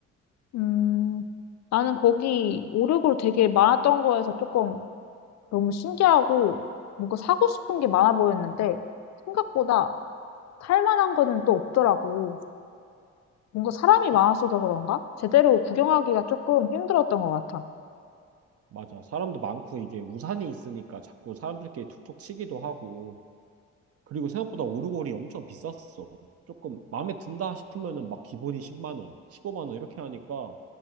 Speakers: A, on the left; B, on the right.
A: 음, 나는 거기 오르골 되게 많았던 거에서 조금 너무 신기하고 뭔가 사고 싶은 게 많아 보였는데 생각보다 살 만한 거는 또 없더라고. 뭔가 사람이
B: 끝-
A: 많았어서 그런가? 제대로 구경하기가 조금 힘들었던 것 같아.
B: 맞아 사람도 많고 이게 우산이 있으니까 자꾸 사람들끼리 툭툭 치기도 하고 그리고 생각보다 오르골이 엄청 비쌌어 조금 마음에 든다 싶으면은 막 기본이 10만 원 15만 원 이렇게 하니까